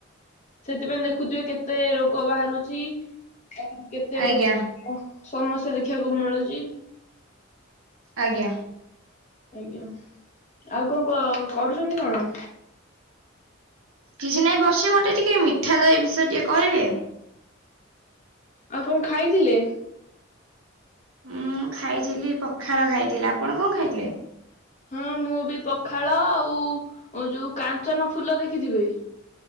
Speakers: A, on the left (about 35°); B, on the right (about 80°).
A: ସେଥିପାଇଁ ଦେଖୁଥିବେ କେତେ ରୋଗ ବାହାରୁଚି ଆ- କେତେ
B: ଆଜ୍ଞା
A: ପ୍ର ଓ ସମସ୍ୟା ଦେଖିବାକୁ ମିଳୁଚି।
B: ଆଜ୍ଞା।
A: ଆଜ୍ଞା ଆଉ କଣ କ-କରୁଚନ୍ତି କଣ?
B: କିଛି ନାଇଁ ବସିଚି ମତେ ଟିକେ ମିଠା ଦହି ବିଷୟରେ ଟିକେ କହିବେ?
A: ଆଉ କଣ ଖାଇଥିଲେ?
B: ମୁଁ ଖାଇଥିଲି ପଖାଳ ଖାଇଥିଲି। ଆପଣ କଣ ଖାଇଥିଲେ?
A: ହଁ ମୁଁ ବି ପଖାଳ ଆଉ ଯଉ କାଞ୍ଚନ ଫୁଲ ଦେଖିଥିବେ